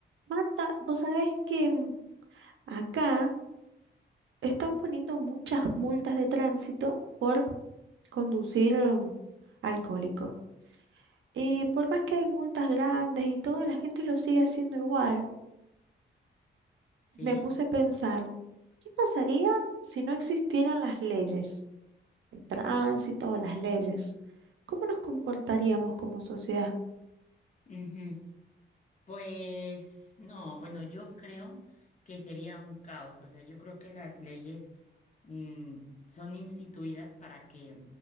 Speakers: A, on the right (about 75°); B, on the left (about 35°).
A: Marta, vos sabés que mm, acá están poniendo muchas multas de tránsito por conducir alcohólico. Y por más que hay multas grandes y todo, la gente lo sigue haciendo igual.
B: Sí,
A: Me puse a pensar, ¿qué pasaría si no existieran las leyes de tránsito o las leyes? ¿Cómo nos comportaríamos como sociedad?
B: ujú. Pues no, bueno, yo creo que sería un caos, o sea, yo creo que las leyes mm, son instituidas para que,